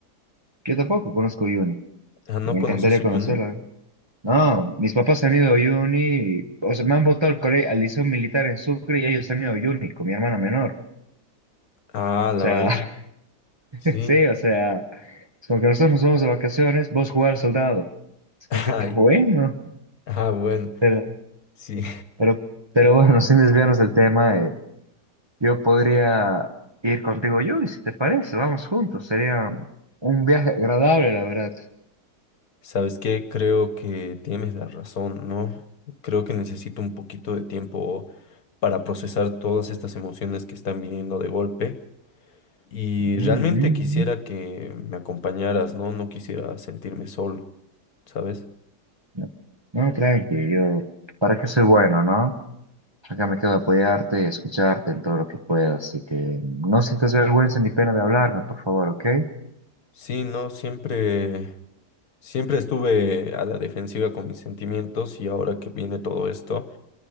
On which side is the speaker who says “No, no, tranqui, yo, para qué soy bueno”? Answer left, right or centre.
Right